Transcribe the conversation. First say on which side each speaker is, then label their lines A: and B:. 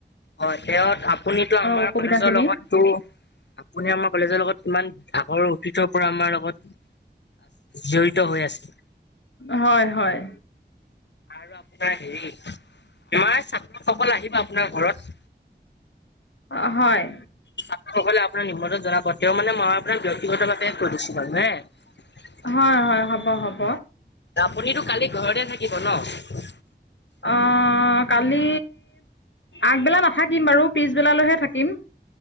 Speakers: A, on the left; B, on the left.
A: হয়, তেওঁত আপুনিতো আমাৰ
B: অসুবিধাখিনি
A: কলেজৰ লগতটো আপুনি আমাৰ কলেজৰ লগত কিমান ডাঙৰ অতীতৰ পৰা আমাৰ লগত জড়িত হৈ আছিল।
B: হয়-হয়।
A: আৰু আপোনাৰ হেৰি, আমাৰ ছাত্ৰসকল আহিব আপোনাৰ ঘৰত।
B: অ', হয়।
A: ছাত্ৰসকলে আপোনাৰ নিমন্ত্ৰণ জনাব, তেউ মানে মই আপোনাক ব্যক্তিগতভাৱে কৈ দিছোঁ বাৰু হে?
B: হয়-হয়, হ'ব-হ'ব।
A: আপুনিতো কালি ঘৰতে থাকিব ন?
B: অ', কালি আগবেলা নাথাকিম বাৰু, পিছবেলালৈ হে থাকিম।